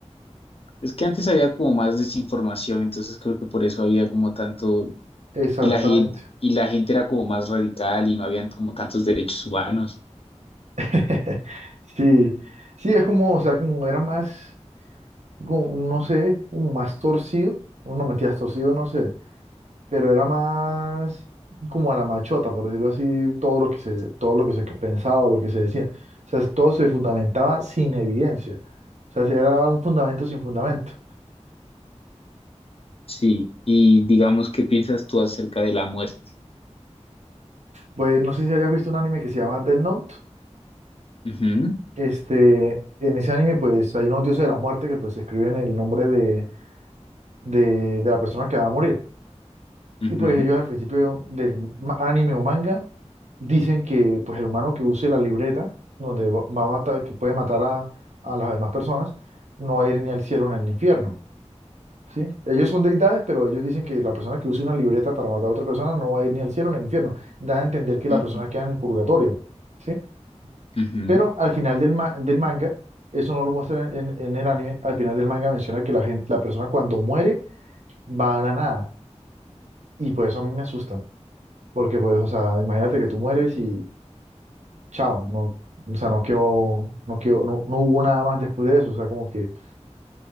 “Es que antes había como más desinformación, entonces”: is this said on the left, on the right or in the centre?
Left